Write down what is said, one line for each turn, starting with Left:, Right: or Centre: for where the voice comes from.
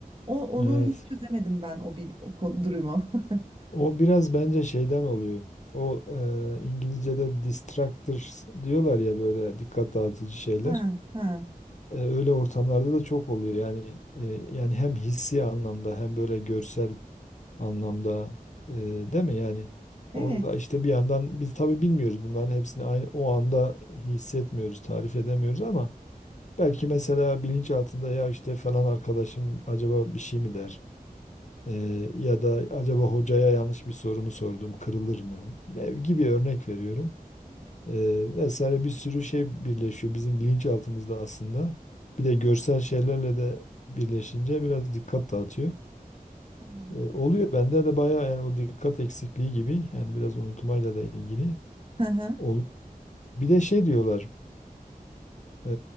Right: O onu
Left: Evet.
Right: hiç çözemedim ben o, bil, o konu- durumu. <laughs>
Left: O biraz bence şeyden oluyor. O e, İngilizce'de distractors diyorlar ya böyle dikkat dağıtıcı şeyler.
Right: Ha ha
Left: E, öyle ortamlarda da çok oluyor. Yani e, yani hem hissi anlamda hem böyle görsel anlamda e, değil mi? Yani
Right: evet.
Left: orada işte bir yandan biz tabii bilmiyoruz bunların hepsini aynı, o anda hissetmiyoruz, tarif edemiyoruz ama belki mesela bilinç altında ya işte falan arkadaşım acaba bir şey mi der? Ee, ya da acaba hocaya yanlış bir sorumu mu sordum, kırılır mı? Ev gibi örnek veriyorum.
Right: Evet.
Left: Ee, vesaire bir sürü şey birleşiyor bizim bilinçaltımızda aslında. Bir de görsel şeylerle de birleşince biraz dikkat dağıtıyor.
Right: Hı hı.
Left: Ee, oluyor bende de bayağı yani o dikkat eksikliği gibi yani biraz unutmayla da ilgili.
Right: Hı hı.
Left: Ol- Bir de şey diyorlar e,